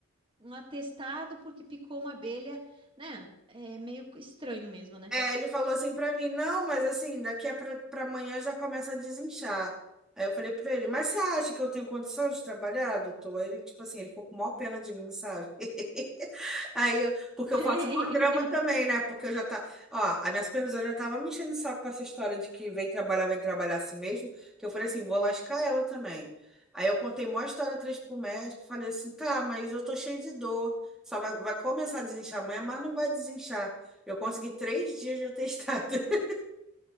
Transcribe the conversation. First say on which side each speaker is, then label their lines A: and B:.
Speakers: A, on the right; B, in the centre.
A: um atestado porque picou uma abelha, né? É meio estranho mesmo, né?
B: É, ele falou assim pra mim, não, mas assim, daqui a pra, pra amanhã já começa a desinchar. Aí eu falei pra ele, mas você acha que eu tenho condição de trabalhar, doutor? Aí Ele, tipo assim, ele ficou com maior pena de mim, sabe? <laughs> Aí, eu- porque
A: <laughs>
B: eu faço maior drama também, né? Porque eu já tá, ó, a minha supervisora já tava me enchendo o saco com essa história de que vem trabalhar, vem trabalhar assim mesmo, que eu falei assim, vou lascar ela também. Aí eu contei maior história triste pro médico, falei assim, tá, mas eu tô cheio de dor, só vai, vai começar a desinchar amanhã, mas não vai desinchar. Eu consegui três dias de atestado. <laughs>